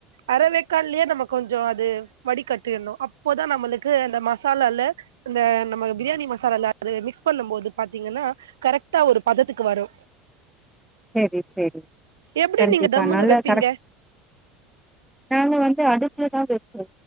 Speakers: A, on the right (about 70°); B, in the centre.
A: அரவேக்காட்லயே நம்ம கொஞ்சோ அது வடி கட்டிணு அப்போதா நம்மளுக்கு அந்த மசாலால இந்த நம்ம பிரியாணி மசாலால அ மிக்ஸ் பண்ணு போது பாத்தீங்கன்னா கரெக்டா ஒரு பதத்துக்கு வரு
B: செரி செரி
A: எப்டி
B: கண்டிப்பா
A: நீங்க தம்முல
B: நல்லா
A: வைப்பீங்க
B: கரெக்ட் நாங்க வந்து அடுப்புல தா வைப்போ